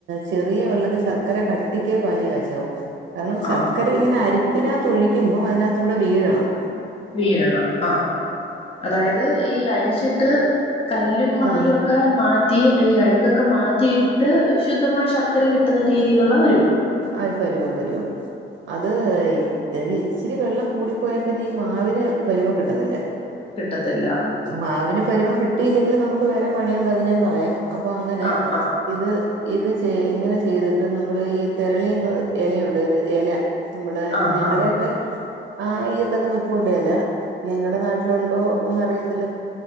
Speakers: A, on the right; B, on the left.
A: ചെറിയ വെള്ളത്തിൽ ശർക്കര കട്ടിക്കേ പാനി കാച്ചാവു കാരണം ശർക്കര
B: ആഹ്
A: ഇങ്ങനെ അരി ഇതിനകത്ത് ഒഴിക്കുമ്പോ അതിനകത്ത കൂടെ വീഴണം
B: വീഴണം ആ അതായത് ഈ അരിച്ചിട്ട് കല്ലും മണലും
A: ആ
B: ഒക്കെ മാറ്റി അഴുക്കൊക്കെ മാറ്റിയിട്ട് ശുദ്ധമായ ശർക്ക ചക്കര കിട്ടുന്ന രീതിയിലുള്ള പരുവം
A: ആ പരുവം പരുവം അത് ഇത് ഇച്ചിരി വെള്ളം കൂടിപ്പോയാൽ പിന്നെ ഈ മാവിന് പരുവം കിട്ടത്തില്ല
B: കിട്ടത്തില്ല
A: മാവിന് പരുവം കി കിട്ടി ഇല്ലെങ്കിൽ നമുക്ക് വേറെ പണി ഉണ്ട് അത് ഞാൻപറയാം അപ്പൊ അങ്ങനെ
B: ആഹ് ആഹ്
A: ഇത് ഇത് ചെ ഇങ്ങനെ ചെയ്തിട്ട് നമ്മള് ഈ തെരളിന്ന് ഇലയുണ്ട് ഒരു എല നമ്മുടെ
B: ആഹ്
A: ഞങ്ങളുടെ
B: ആഹ്
A: ഒക്കെ ആഹ് ഇയത്തൊക്കെ നിപ്പൂണ്ടേ ഇല നിങ്ങളുടെ നാട്ടിലുണ്ടോ എന്ന റിയത്തില്ല